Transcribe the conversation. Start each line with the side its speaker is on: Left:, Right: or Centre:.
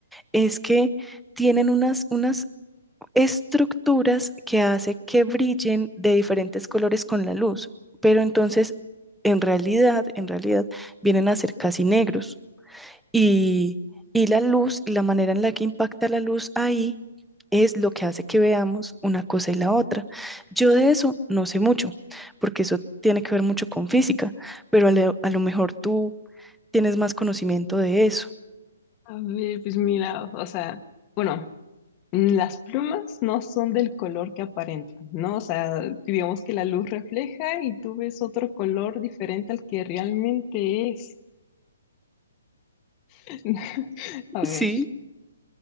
Centre: es que tienen unas, unas estructuras que hace que brillen de diferentes colores con la luz, pero entonces en realidad, en realidad vienen a ser casi negros. Y, y la luz, la manera en la que impacta la luz ahí es lo que hace que veamos una cosa y la otra. Yo de eso no sé mucho, porque eso tiene que ver mucho con física, pero a lo, a lo mejor tú tienes más conocimiento de eso.
Left: A ver, pues mira, o sea, bueno. Mm, Las plumas no son del color que aparentan, ¿no? O sea, digamos que la luz refleja y tú ves otro color diferente al que realmente es. <laughs> A
Centre: Sí,
Left: ver,